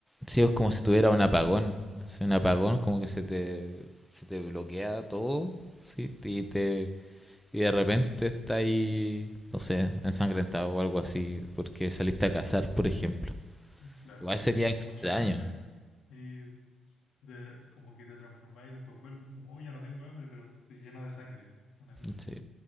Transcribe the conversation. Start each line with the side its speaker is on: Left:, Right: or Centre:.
Centre: sí, es como si tuviera un apagón. Sí, un apagón como que se te, se te bloquea todo, sí, y te y de repente está ahí, no sé, ensangrentado o algo así, porque saliste a cazar, por ejemplo.
Left: Claro,
Centre: Igual
Left: si
Centre: sería
Left: tenías mucha
Centre: extraño.
Left: hambre y de, como que te transformáis y después vuelves como, oh, ya no tengo hambre, pero estoy lleno de sangre. Una cosa así.
Centre: sí.